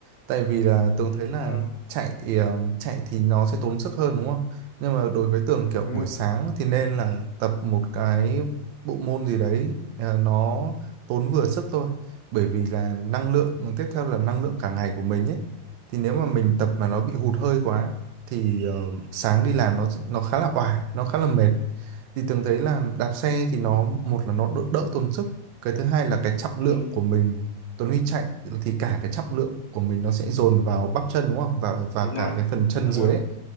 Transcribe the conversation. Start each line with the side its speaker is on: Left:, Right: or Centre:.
Right: Tại vì là Tường thấy là
Left: à,
Right: chạy ờ, chạy thì nó sẽ tốn sức hơn đúng không? Nhưng mà đối với Tường kiểu
Left: ừ,
Right: buổi sáng thì nên là tập một cái bộ môn gì đấy ờ, nó tốn vừa sức thôi. Bởi vì là năng lượng, tiếp theo là năng lượng cả ngày của mình ấy. Thì nếu mà mình tập mà nó bị hụt hơi quá thì ờ, sáng đi làm nó nó khá là oải nó khá là mệt thì Tường thấy là đạp xe thì nó một là nó đỡ, đỡ tốn sức cái thứ hai là cái trọng
Left: ừ,
Right: lượng của mình Tuấn Huy chạy thì cả cái trọng lượng của mình nó sẽ dồn vào bắp chân đúng không và và
Left: đúng
Right: cả
Left: rồi
Right: cái phần chân
Left: đúng
Right: dưới
Left: rồi
Right: ấy,